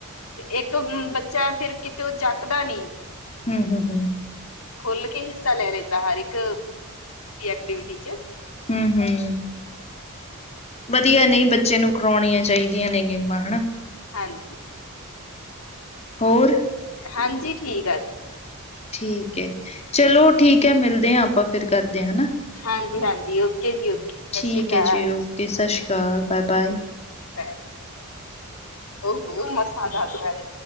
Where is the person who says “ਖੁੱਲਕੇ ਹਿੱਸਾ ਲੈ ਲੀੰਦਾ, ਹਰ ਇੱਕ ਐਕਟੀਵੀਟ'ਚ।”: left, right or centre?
Left